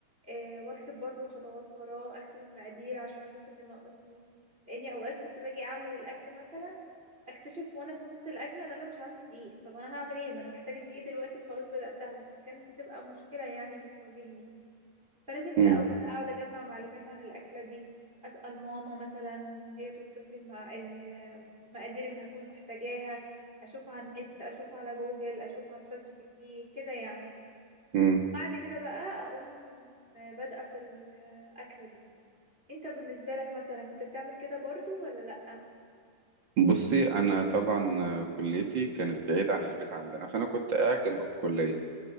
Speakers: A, on the right; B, on the right.
A: آه، واكتب برضو الخطوات وراه اكتب المقادير عشان اشوف اللي ناقصني لاني اوقات كنت باجي اعمل الاكل مثلا اكتشف وانا في نص الاكل ان انا مش عندي دقيق طب انا هعمل ايه ما انا محتاجه دقيق دلوقتي وخلاص بداتها فكانت بتبقى مشكله يعني بتواجهني فلازم الاول
B: مم.
A: اقعد اجمع معلومات عن الاكله دي اسال ماما مثلا وهي توصف لي المع... المقادير اللي هكون محتاجاها اشوف على النت اشوف على جوجل اشوف على شات جي بي تي كده يعني
B: مم.
A: بعد كده بقى اقوم بادئه في الاكله دي انت بالنسبه لك مثلا كنت بتعمل كده برضو ولا لا
B: بصي أنا طبعا كليتي كانت بعيدة عن البيت عندنا فأنا كنت قاعد جنب الكلية